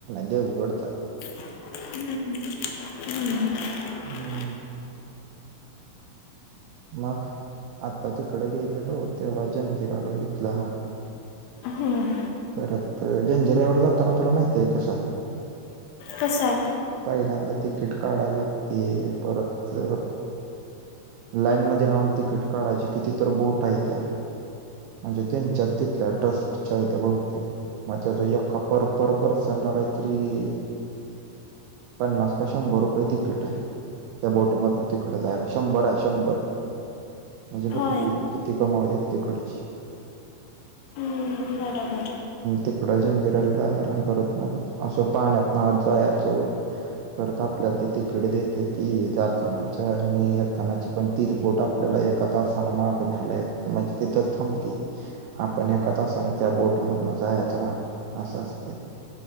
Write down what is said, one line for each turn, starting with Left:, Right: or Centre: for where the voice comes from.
Right: देवगडचाय
Left: हम्म हम्म <unintelligible>
Right: हम् मग आता तिकडं गेलेलो तेव्हा जंजिरा बघितला
Left: हम्म.
Right: परत जंजिरावर जाताना तुला माहितेय कसं हाय.
Left: तसं आहे.
Right: पहिल्यांदा तिकीट काढाय लागत ते परत लाईन मध्ये राहून तिकीट काढायची किती तर बोट आहे त्या म्हणजे त्यांच्या तिथल्या ट्रस्टच्या त्या्या बहुतेक मग त्याचा एका पर पर पर्सनला काहीतरी पन्नास का शंभर रुपये तिकीट त्या बोट मधन तिकड जायला शंभर आहे शंभर म्हणजे बक्की
Left: होय.
Right: किती कमावते तिकडची्
Left: हम्म बरोबर.
Right: तिकड जंजिराला जायला परत मग असं पाण्यात ना आ जाचो परत आपल्याला ते तिकडे देते ती जातानाच्या आणि येतानाची पण तीच बोट आपल्याला एका तासाने माग न्यायला येत म्हणजे तिथच थांबते आपण एका तसान त्या बोट मधन जायच मग अस असते.